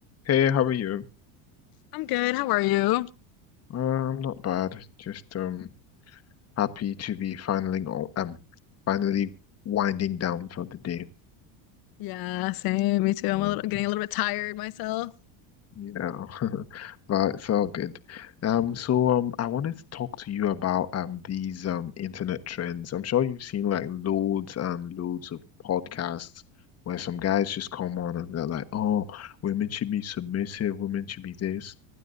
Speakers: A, on the left; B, on the left.
A: Hey, how are you?
B: I'm good. How are you?
A: Uh, I'm not bad. Just um happy to be finally o- um finally winding down for the day.
B: Yeah, same. Me too. I'm
A: Yeah.
B: a little getting a little bit tired myself.
A: Yeah. <laughs> But it's all good. Um, so um I wanted to talk to you about um these um internet trends. I'm sure you've seen like loads and loads of podcasts where some guys just come on and they're like, Oh, women should be submissive, women should be this.